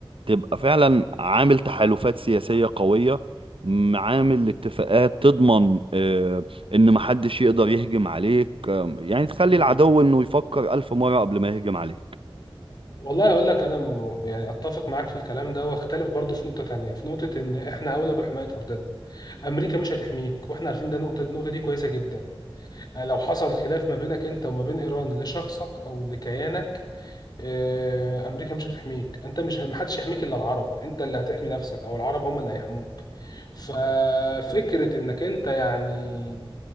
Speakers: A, on the right; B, on the left.
A: تبقى فعلا عامل تحالفات سياسية قوية م- عامل اتفاقات تضمن آه، ان محدش يقدر يهجم عليك آم، يعني تخلي
B: مم.
A: العدو انه يفكر الف مرة قبل ما يهجم عليك
B: والله اقول لك انا م- يعني اتفق معاك في الكلام ده واختلف برضه في نقطه تانية في نقطه ان احنا اولى بحمايه ارضنا امريكا مش هتحميك واحنا عارفين ده نقطه النقطه دي كويسه جدا آه، لو حصل خلاف ما بينك انت وما بين ايران لشخصك او لكيانك آه، امريكا مش هتحميك انت مش محدش يحميك الا العرب انت اللي هتحمي نفسك او العرب هم اللي هيحموك ففكره انك انت يعني